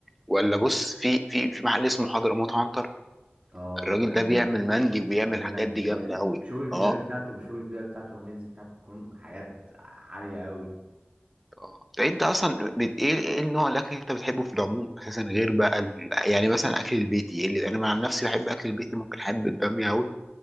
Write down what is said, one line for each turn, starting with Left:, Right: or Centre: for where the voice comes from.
Centre: ولا بص في في في محل اسمه حضرموت عنتر
Right: اه
Centre: الراجل ده مم. بيعمل مندي وبيعمل
Right: ده
Centre: الحاجات
Right: مندي
Centre: دي
Right: كويس
Centre: جامده قوي
Right: بشوف الفيديوهات
Centre: اه
Right: بتاعته بشوف الفيديوهات بتاعته والريلز بتاعته بتكون حاجات عالية قوي
Centre: اه طيب انت اصلا بت... ايه ايه النوع الاكل اللي انت بتحبه في العموم اساسا غير بقى ال... يعني مثلا اكل البيتي اللي انا عن نفسي بحب اكل البيتي ممكن احب الباميه قوي